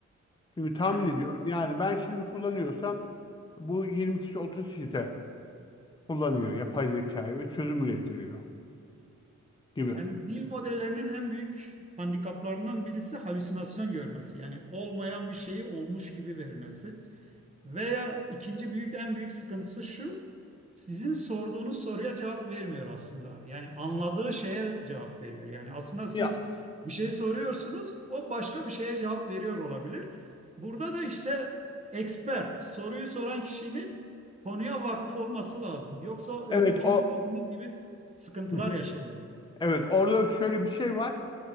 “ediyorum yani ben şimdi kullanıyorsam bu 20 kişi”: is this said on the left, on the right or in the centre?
Left